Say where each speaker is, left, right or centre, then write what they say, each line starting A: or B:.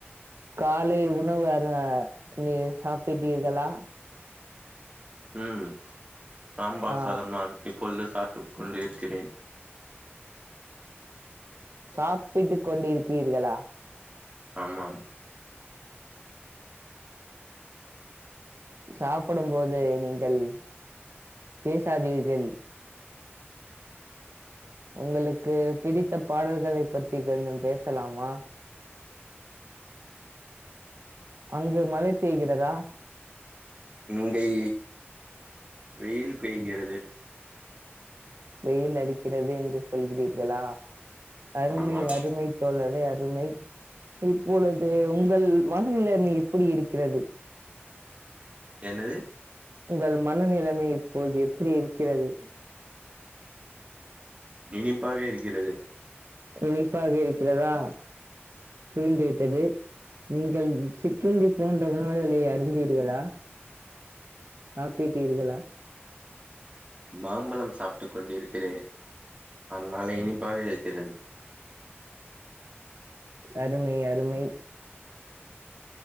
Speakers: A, on the right (about 75°); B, on the right (about 30°).
A: காலையில் தினு யாரையு சாப்டிட்டீர்களா
B: ம் சாம்பார்
A: ஆ
B: சாதம் நான் இப்பொழுது சாப்ட்டுக் கொண்டிருக்கிறேன்
A: சாப்ட்டு கொண்டிருக்கீர்களா
B: ஆமாாம்
A: சாப்பிடும் போது நீங்கள் பேசாதீர்கள் உங்களுக்கு பிடித்த பாடல்களை பத்தி கொஞ்சோ பேசலாமா அங்கு மழை பெய்கிறதா
B: இங்கை வெயில் பெய்கிறது
A: வெயில் அடிக்கிறது என்று சொல்கிறீர்களா அருமை
B: ஆமாம்
A: அருமை தோழரே அருமை இப்பொழுது உங்கள் மனநிலைமை எப்படி இருக்கிறது
B: என்னது
A: உங்கள் மனநிலைமை இப்பபோது எப்படி இருக்கிறது
B: இனிப்பாக இருக்கிறது
A: இனிப்பாக இருக்கிறதா புரிந்துவிட்டது நீங்கள் சி்ண்ருன்டி போன்ற உணவுகளை அருந்தீர்களா சாப்பிட்டீர்களா
B: மாம்பழம் சாப்பிட்டு கொண்டிருக்கிறேன் அதனால் இனிப்பாக இருக்கிறது
A: அருமை அருமை